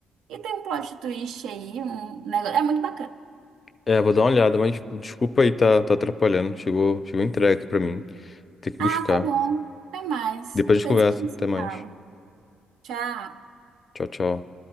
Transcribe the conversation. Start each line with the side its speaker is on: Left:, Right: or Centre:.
Right: E tem um plot twist aí, um negócio. É muito bacana.
Left: É, vou dar uma olhada, mas tipo, desculpa aí, tá, tá atrapalhando. Chegou, chegou entregue pra mim. Tem que
Right: Ah,
Left: buscar.
Right: tá bom. Até mais.
Left: Depois a gente
Right: Depois
Left: conversa.
Right: a gente
Left: Até
Right: se
Left: mais.
Right: fala. Tchau.
Left: Tchau, tchau.